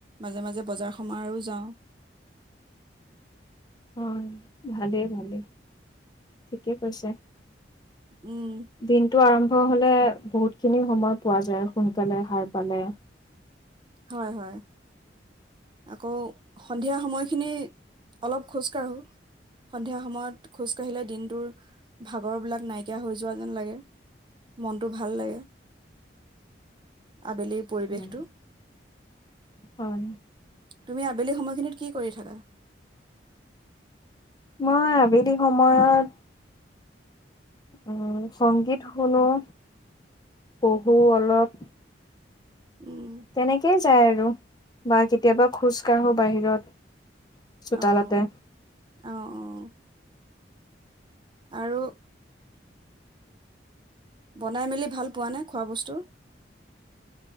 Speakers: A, on the right; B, on the left.
A: মাজে মাজে বজাৰ সমাৰো যাওঁ।
B: অ', ভালেই ভালেই, ঠিকে কৈছা।
A: উম
B: দিনটো আৰম্ভ হ'লে বহুতখিনি সময় পোৱা যায়, সোনকালে সাৰ পালে।
A: হয়, হয়। আকৌ সন্ধিয়া সময়খিনি অলপ খোজ কাঢ়ো। সন্ধিয়া সময়ত খোজ কাঢ়িলে দিনটোৰ ভাগৰবিলাক নাইকিয়া হৈ যোৱা যেন লাগে, মনটো ভাল লাগে। আবেলিৰ পৰিৱেশটো
B: হয় হয়।
A: তুমি আবেলি সময়খিনিত কি কৰি থাকা?
B: মই আবেলি সময়ত উম, সংগীত শুনোঁ, পঢ়ো অলপ
A: উম
B: তেনেকেই যায় আৰু। বা কেতিয়াবা খোজ কাঢ়োঁ বাহিৰত। চোতালতে
A: অ', অ', অ'। আৰু বনাই মেলি ভাল পোৱানে, খোৱা বস্তু?